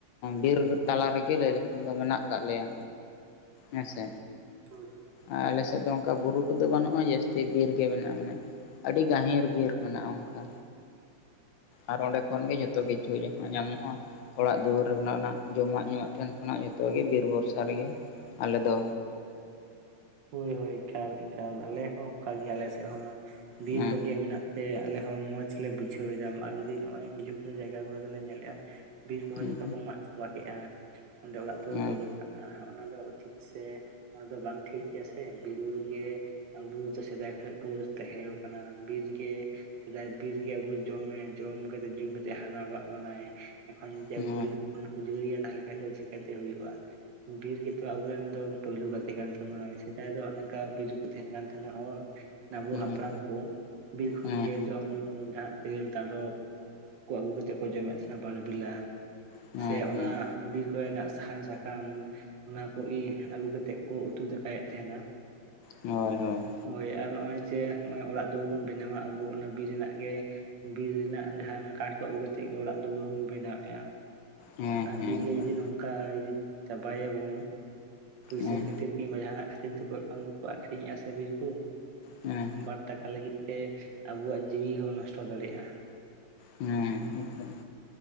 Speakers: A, on the left; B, on the right.
A: ᱵᱤᱨ ᱛᱟᱞᱟ ᱨᱮᱜᱮ ᱞᱟᱹᱭ ᱞᱮᱠᱷᱟᱱ ᱠᱷᱟᱱ ᱫᱚ ᱢᱮᱱᱟᱜ ᱠᱟᱫ ᱞᱮᱭᱟ ᱦᱮᱸᱥᱮ
B: ᱦᱳᱭ <unintelligible>
A: ᱟᱨ ᱟᱞᱮ ᱥᱮᱫ ᱫᱚ, ᱚᱱᱠᱟ ᱵᱩᱨᱩ ᱠᱚᱫᱚ ᱵᱟᱹᱱᱩᱜᱼᱟ, ᱡᱟᱹᱥᱛᱤ ᱵᱤᱨ ᱜᱮ ᱢᱮᱱᱟᱜᱼᱟ, ᱢᱟᱱᱮ ᱟᱹᱰᱤ ᱜᱟᱹᱦᱤᱨ ᱵᱤᱨ ᱢᱮᱱᱟᱜᱼᱟ, ᱚᱱᱠᱟ ᱟᱨ ᱚᱸᱰᱮ ᱠᱷᱚᱱ ᱜᱮ, ᱡᱷᱚᱛᱚ ᱠᱤᱪᱷᱩ ᱡᱟᱦᱟᱸ ᱧᱟᱢᱚᱜᱼᱟ᱾ ᱚᱲᱟᱜ ᱫᱩᱣᱟᱹᱨᱮ ᱵᱮᱱᱟᱣ ᱨᱮᱱᱟᱜ, ᱡᱚᱢᱟᱜ ᱧᱩᱣᱟᱜ ᱴᱷᱮᱱ ᱠᱷᱚᱱᱟᱜ, ᱡᱚᱛᱚ ᱜᱮ ᱵᱤᱨ ᱵᱷᱚᱨᱥᱟ ᱨᱮᱜᱮ ᱟᱞᱮ ᱫᱚ᱾
B: ᱦᱳᱭ, ᱦᱳᱭ, ᱮᱠᱟᱞ, ᱮᱠᱟᱞ, ᱟᱞᱮ ᱦᱚᱸ ᱚᱱᱠᱟ ᱜᱮ, ᱟᱞᱮ ᱥᱮᱫ ᱦᱚᱸ ᱵᱤᱨ
A: ᱦᱮᱸ
B: ᱠᱚᱜᱮ ᱢᱮᱱᱟᱜ ᱛᱮᱜᱮ ᱟᱞᱮ ᱦᱚᱸ ᱢᱚᱸᱡᱽ ᱞᱮ ᱵᱩᱡᱷᱟᱹᱣ ᱮᱫᱟ, ᱟᱨ ᱡᱩᱫᱤ ᱱᱚᱜᱼᱚᱭ ᱠᱤᱪᱷᱩ, ᱠᱤᱪᱷᱩ ᱡᱟᱭᱜᱟ ᱠᱚᱨᱮ ᱫᱚᱞᱮ ᱧᱮᱞ ᱮᱜᱼᱟ ᱵᱤᱨ ᱠᱚᱦᱚᱸ
A: ᱦᱮᱸ
B: ᱡᱚᱛᱚ ᱠᱚ ᱢᱟᱜ ᱪᱟᱵᱟ ᱠᱮᱜᱼᱟ, ᱚᱸᱰᱮ ᱚᱲᱟᱜ
A: ᱦᱮᱸ
B: ᱫᱩᱣᱟᱹᱨ ᱠᱚ ᱚᱱᱟ ᱫᱚ ᱩᱪᱤᱛ ᱥᱮ, ᱚᱱᱟ ᱫᱚ ᱵᱟᱝ ᱴᱷᱤᱠ? ᱜᱮᱭᱟ ᱥᱮ, ᱵᱤᱨ ᱵᱩᱨᱩ ᱜᱮ ᱟᱵᱚ ᱫᱚ ᱥᱮᱫᱟᱭ ᱠᱷᱚᱡ ᱵᱚ, ᱛᱟᱦᱮᱸ ᱠᱟᱱᱟ ᱵᱤᱨ ᱜᱮ ᱥᱮᱫᱟᱭ ᱵᱤᱨ ᱜᱮ, ᱟᱵᱚᱭ ᱡᱚᱢᱮ ᱡᱚᱢ ᱠᱟᱛᱮᱫ, ᱧᱩ ᱠᱟᱛᱮᱫ ᱦᱟᱨᱟ ᱠᱟᱜ ᱵᱚᱱᱟᱭ᱾ ᱮᱠᱷᱚᱱ ᱡᱩᱫᱤ
A: ᱦᱮᱸ
B: ᱟᱵᱚ ᱵᱤᱨ ᱠᱚᱵᱚᱱ ᱩᱡᱟᱹᱲᱮᱭᱟ ᱛᱟᱦᱚᱞᱮ ᱠᱷᱟᱡ ᱫᱚ ᱪᱤᱠᱟᱹ ᱛᱮ ᱦᱳᱭᱳᱜᱼᱟ, ᱵᱤᱨ ᱜᱮᱛᱚ ᱟᱵᱚᱨᱮᱱ ᱫᱚ ᱯᱳᱭᱞᱳ ᱜᱟᱛᱮ ᱠᱟᱱ ᱛᱟᱵᱚᱱᱟᱭ᱾ ᱥᱮᱫᱟᱭ ᱫᱚ ᱚᱱᱮ ᱚᱝᱠᱟ, ᱵᱤᱨ ᱨᱮ ᱠᱚ ᱛᱟᱦᱮᱸᱱ ᱠᱟᱱ ᱛᱟᱦᱮᱸᱱᱟ ᱦᱚᱲ᱾ ᱟᱵᱚ
A: ᱦᱮᱸ
B: ᱦᱟᱯᱲᱟᱢ ᱠᱚ, ᱵᱤᱨ ᱠᱷᱚᱱ
A: ᱦᱮᱸ
B: ᱜᱮ ᱡᱚᱢ ᱧᱩ, ᱡᱟᱦᱟᱸ ᱛᱮᱨᱮᱞ, ᱛᱟᱨᱚᱵ ᱠᱚ, ᱟᱹᱜᱩ ᱠᱟᱛᱮᱫ ᱠᱚ ᱡᱚᱢᱮᱫ ᱛᱟᱦᱮᱸᱱᱟ ᱵᱟᱨ ᱵᱮᱞᱟ᱾
A: ᱦᱮᱸ
B: ᱥᱮ
A: ᱦᱮᱸ
B: ᱚᱱᱟ ᱦᱟᱴ ᱵᱤᱨ ᱠᱚᱨᱮ ᱱᱟᱜ ᱥᱟᱦᱟᱱ, ᱥᱟᱠᱟᱢ, ᱚᱱᱟ ᱠᱚ ᱜᱮ, ᱟᱹᱜᱩ ᱠᱟᱛᱮᱜ ᱠᱚ ᱩᱛᱩ ᱫᱟᱠᱟᱭᱮᱜᱼᱼ ᱛᱮᱦᱮᱱᱟ᱾
A: ᱦᱚᱭ, ᱦᱚᱭ᱾
B: ᱦᱳᱭ, ᱟᱨ ᱱᱚᱜ-ᱚᱭ ᱡᱮ, ᱱᱚᱜ-ᱚᱭ ᱚᱲᱟᱜ ᱫᱩᱣᱟᱹᱨ ᱵᱚᱱ ᱵᱮᱱᱟᱣᱟ ᱟᱹᱵᱩ, ᱚᱱᱟ ᱵᱤᱨ ᱨᱮᱱᱟᱜ ᱜᱮ ᱵᱤᱨ ᱨᱮᱱᱟᱜ ᱡᱟᱦᱟᱸ ᱚᱱᱟ ᱠᱟᱴ ᱠᱚ ᱟᱹᱜᱩ ᱠᱟᱛᱮᱜ ᱜᱮ, ᱚᱲᱟᱜ ᱫᱩᱣᱟᱹᱨ ᱵᱩᱱ ᱵᱮᱱᱟᱣ ᱮᱸᱜ-ᱟ᱾
A: ᱦᱮᱸ
B: ᱟᱨ
A: ᱦᱮᱸ
B: ᱵᱤᱨ ᱜᱮ
A: ᱮᱠᱫᱚᱢ
B: ᱡᱩᱫᱤ ᱱᱚᱝᱠᱟ, ᱡᱩᱩᱤ ᱪᱟᱵᱟ ᱭᱟᱵᱚᱱ, ᱯᱩᱭᱥᱟᱹ
A: ᱦᱮᱸ
B: ᱠᱷᱟᱹᱛᱤᱨ ᱠᱤᱝᱜᱽ ᱵᱟ ᱡᱟᱦᱟᱸᱱᱟᱜ ᱵᱤᱨ ᱫᱚᱠᱚ ᱮᱠᱷᱚᱱ ᱫᱚᱠᱚ ᱟᱠᱷᱨᱤᱧᱮᱜᱼᱟ ᱥᱮ, ᱵᱤᱨ ᱠᱩ
A: ᱦᱮᱸ
B: ᱵᱟᱨ ᱴᱟᱠᱟ ᱞᱟᱹᱜᱤᱫ᱾ ᱛᱮ, ᱟᱵᱚᱣᱟᱜ ᱡᱤᱣᱤ ᱦᱚᱸ ᱱᱚᱥᱴᱚ ᱫᱟᱲᱮᱜ-ᱟ᱾
A: ᱦᱮᱸ, ᱦᱮᱸ, ᱛᱚ,